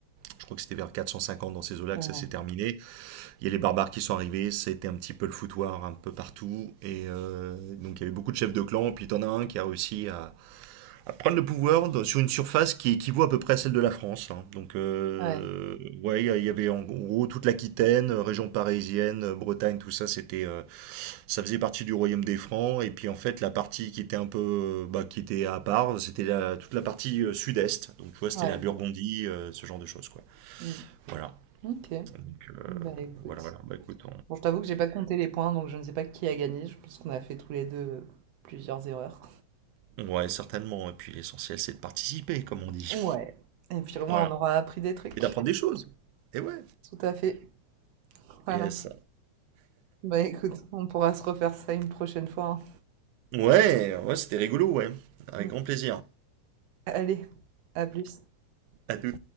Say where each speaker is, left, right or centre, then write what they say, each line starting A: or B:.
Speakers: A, on the right (about 85°); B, on the right (about 65°).
A: je crois que c'était vers 450 dans ces eaux-là
B: ouais,
A: que ça s'est terminé. Il y a les barbares qui sont arrivés, c'était un petit peu le foutoir un peu partout, et euh, donc il y avait beaucoup de chefs de clan, puis t'en as un qui a réussi à, prendre le pouvoir sur une surface qui équivaut à peu près à celle de la France. hein. Donc, euh,
B: ouais,
A: ouais, il y a- il y avait en gros toute l'Aquitaine, euh, région parisienne, euh, Bretagne, tout ça, c'était, euh, ça faisait partie du royaume des Francs. Et puis en fait, la partie qui était un peu, euh, bah, qui était à part, c'était la- toute la partie euh, sud-est. Donc, tu vois, c'était
B: ouais.
A: la Burgondie, euh, ce genre de choses, quoi.
B: Mm.
A: Voilà.
B: Ok,
A: Donc, euh,
B: bah écoute.
A: voilà, voilà. Bah, écoute,
B: Bon, je t'avoue que j'ai pas compté les points, donc je ne sais pas qui a gagné. Je pense qu'on a fait tous les deux euh, plusieurs erreurs.
A: on... ouais, certainement. Et puis l'essentiel, c'est de participer, comme on dit.
B: Ouais. Et puis au moins,
A: Voilà.
B: on aura appris des trucs.
A: Et d'apprendre des choses. Et ouais.
B: Tout à fait. Voilà.
A: Yes.
B: Bah écoute, on pourra se refaire ça une prochaine fois. hein.
A: Ouais, ouais, c'était rigolo, ouais. Avec
B: Mm.
A: grand plaisir.
B: Allez, à plus.
A: À tout.